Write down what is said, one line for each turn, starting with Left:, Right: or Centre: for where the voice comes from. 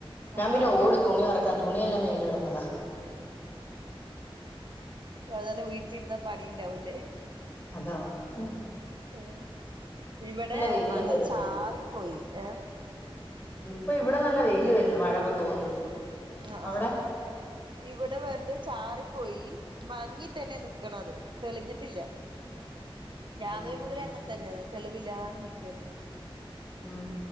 Left: ഞാൻ
Right: ആഹ്
Left: പിന്നെ ഓട് തുണി ഒറക്കാ തുണിയല്ലാം മേലെ ഇടുന്നതാ
Right: അതന്നെ വീട്ടിലിരുന്നാ പണിയുണ്ടാവും ലേ
Left: അതാ ഹും
Right: ഉം ഇവടെ
Left: വെയിലും
Right: മഴ
Left: വരുന്ന്
Right: ചാറിപ്പോയി ഏ
Left: ഇപ്പൊ ഇവിടെ നല്ല വെയില് വരുന്നു മഴപ്പോ തോന്നിട്ട്
Right: ആഹ്
Left: അവിടെ
Right: ആഹ് ഇവ്ടെ വെറുതെ ചാറിപ്പോയി മങ്ങി തന്നെ നിക്കണത് തെളിഞ്ഞിട്ടില്ല രാവിലെ
Left: ഉം
Right: മുതൽ അങ്ങൻത്തന്നെ തെളിവില്ലാണ്ട് നിക്കണത്
Left: ഉം